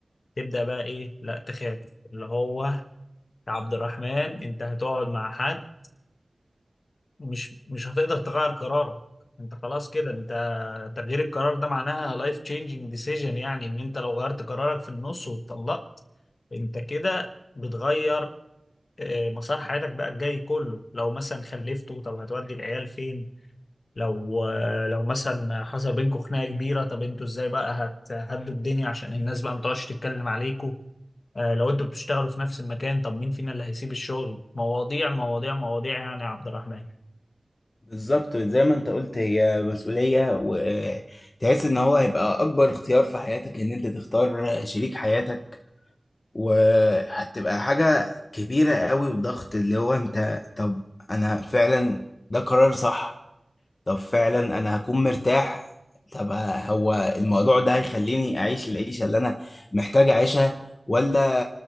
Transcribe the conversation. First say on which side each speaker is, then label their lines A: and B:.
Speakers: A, on the left (about 80°); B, on the left (about 60°).
A: تبدأ بقى ايه لا تخاف اللي هو يا عبد الرحمن انت هتقعد مع حد مش مش هتقدر تغير قرارك انت خلاص كده انت تغيير القرار ده معناها life changing decision يعني ان انت لو غيرت قرارك في النص واتطلقت انت كده بتغير آه، مسار حياتك بقى الجاي كله لو مثلا خلفتوا طب هتودي العيال فين لو آه، لو مثلا حصل بينكم خناقة كبيرة طب انتوا ازاي بقى هت- هتهدوا الدنيا عشان الناس بقى ما تقعدش تتكلم عليكم آه، لو انتوا بتشتغلوا في نفس المكان طب مين فينا اللي هيسيب الشغل مواضيع مواضيع مواضيع يعني يا عبد الرحمن
B: بالظبط زي ما انت قلت هي مسؤوليه وتحس ان هو هيبقى اكبر اختيار في حياتك ان انت تختار شريك حياتك وهتبقى حاجه كبيره قوي وضغط اللي هو انت طب انا فعلا ده قرار صح طب فعلا انا هكون مرتاح طب هو الموضوع ده هيخليني اعيش العيشه اللي انا محتاج اعيشها ولا